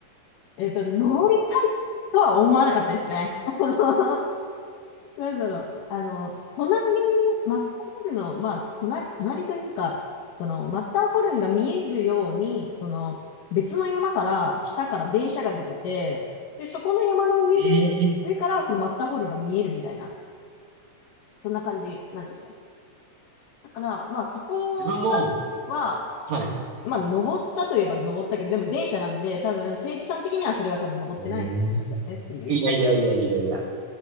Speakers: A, on the left; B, on the right.
A: えっと、登りたいとは思わなかったですね。<laughs> あのなんだろう。あの、隣、マッターホルンの、まあ、隣、隣というか、その、マッターホルンが見えるように、その、別の山から、下から電車が出てて、で、そこの山の上で、
B: ええ
A: 上からそのマッターホルンが見えるみたいな、そんな感じなんですよ。だから、まあ、そこ
B: 自分も、
A: は、
B: はい。
A: まあ、登ったといえば登ったけど、でも電車なんで、多分、政治さん的にはそれは多分登ってないんでしょうねっていう。
B: えーいやいやいやいやいや、